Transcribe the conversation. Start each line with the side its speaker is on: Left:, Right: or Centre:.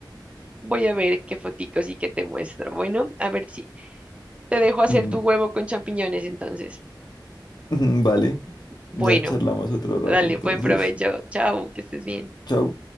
Right: voy a ver qué foticos y qué te muestro. Bueno, a ver si te dejo hacer
Left: Mm,
Right: tu huevo con champiñones entonces.
Left: <laughs> Vale,
Right: Bueno,
Left: ya charlamos otro
Right: dale,
Left: rato, entonces.
Right: buen provecho. Chao, que estés bien.
Left: Chao.